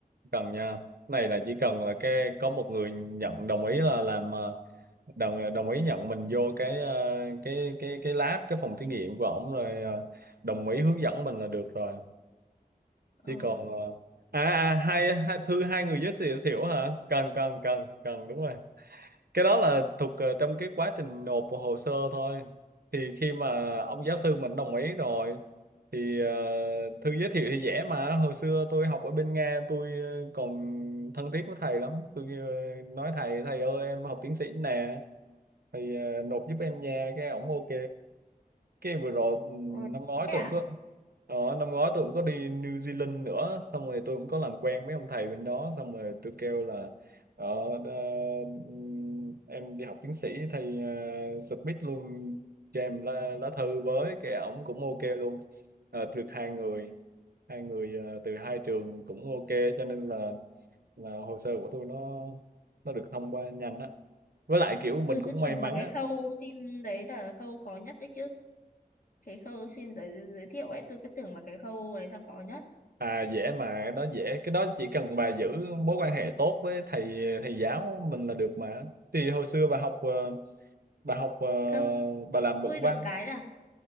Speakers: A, on the right; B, on the left.
A: cần nha này là chỉ cần là cái có một người nhận đồng ý là làm ờ, đồng ờ, đồng ý nhận mình vô cái ờ, cái cái cái lab cái phòng thí nghiệm của ổng rồi ờ, đồng ý hướng dẫn mình là được rồi
B: ờ,
A: chỉ còn ờ, à, à hai, hai thư hai người giới thiệu thiệu hả cần cần cần cần đúng rồi cái đó là thuộc ờ, trong cái quá trình nộp hồ sơ thôi thì khi mà ông giáo sư mình đồng ý rồi thì ờ, thư giới thiệu thì dễ mà hồi xưa tôi học ở bên Nga tôi ờ, còn thân thiết với thầy lắm tôi ờ, nói thầy thầy ơi em học tiến sĩ nè thì ờ, nộp giúp em nha cái ổng ok cái vừa rồi ừ,
B: ờ.
A: năm ngoái
B: thế
A: tôi
B: à
A: cũng có ờ, năm ngoái tôi cũng có đi New Zealand nữa xong rồi tôi cũng có làm quen mấy ông thầy bên đó xong rồi tôi kêu là ờ, ờ, ừm, em đi học tiến sĩ thầy ờ, submit luôn cho em lá, lá thư với cái ổng cũng ok luôn Ờ, được hai người hai người ờ, từ hai trường cũng ok cho nên là là hồ sơ của tôi nó nó được thông qua nhanh á với lại kiểu mình
B: tôi
A: cũng
B: cứ
A: may
B: tưởng
A: mắn
B: là cái
A: á
B: khâu xin đấy là khâu khó nhất đấy chứ cái khâu xin giới giới thiệu ấy tôi cứ tưởng là cái khâu ấy là khó nhất
A: À dễ mà, nó dễ. Cái đó chỉ cần bà giữ mối quan hệ tốt với thầy thầy giáo mình là được mà. Thì hồi xưa bà học ờ, bà học ờ,
B: không
A: bà làm luận
B: tôi
A: văn.
B: được cái là